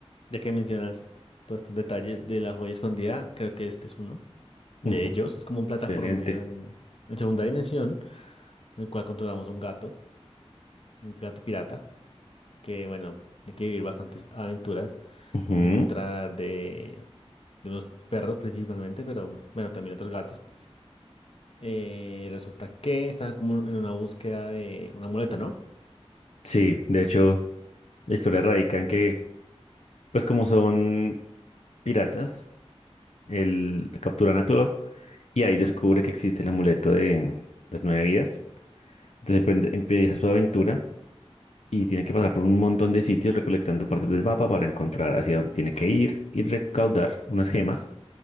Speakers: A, on the left (about 60°); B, on the left (about 80°).
A: ya que mencionas todos estos detalles de la joya escondida, creo que este es uno de
B: Ujú,
A: ellos. Es como un plataformero
B: Excelente.
A: en, en segunda dimensión, en el cual controlamos un gato, un gato pirata, que bueno, hay que vivir bastantes aventuras
B: Ujú,
A: en contra de, de unos perros principalmente, pero bueno, también otros gatos. Eh, resulta que estaba como en una búsqueda de una muleta, ¿no?
B: Sí, de hecho, la historia radica en que, pues como son piratas, el capturan a Claw y ahí descubre que existe el amuleto de las nueve vidas. Entonces emprende- empieza su aventura y tiene que pasar por un montón de sitios recolectando partes del mapa para encontrar hacia dónde tiene que ir y recaudar unas gemas,